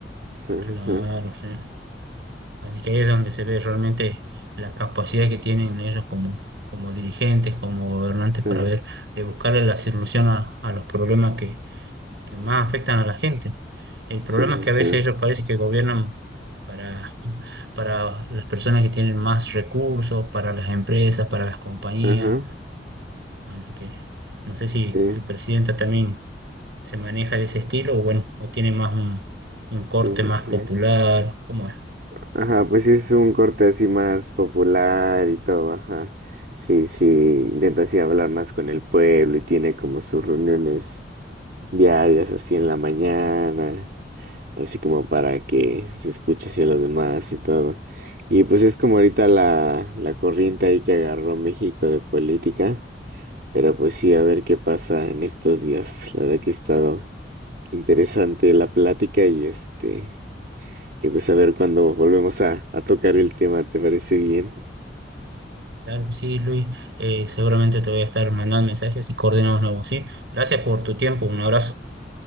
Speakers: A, on the right; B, on the right.
A: Sí,
B: claro,
A: sí, sí.
B: sí. Así que ahí es donde se ve realmente la capacidad que tienen ellos como, como dirigentes, como gobernantes,
A: Sí,
B: para ver, de buscarle la solución a, a los problemas que, que más afectan a la gente. El problema
A: sí,
B: es que
A: sí, sí.
B: a veces ellos parece que gobiernan para, para las personas que tienen más recursos, para las empresas, para las compañías.
A: Ajá.
B: Así que no sé si
A: Sí,
B: su presidenta también se maneja de ese estilo o bueno, o tiene más un, un corte
A: sí, sí,
B: más
A: sí.
B: popular, ¿cómo es?
A: Ajá, pues sí es un corte así más popular y todo, ajá. Sí, sí, intenta así hablar más con el pueblo y tiene como sus reuniones diarias así en la mañana, así como para que se escuche así a los demás y todo. Y pues es como ahorita la, la corriente ahí que agarró México de política, pero pues sí, a ver qué pasa en estos días. La verdad que ha estado interesante la plática y este... Y pues a ver cuando volvemos a, a tocar el tema, ¿te parece bien?
B: Claro que sí, Luis, eh, seguramente te voy a estar mandando mensajes y coordinamos nuevos ¿sí? Gracias por tu tiempo, un abrazo.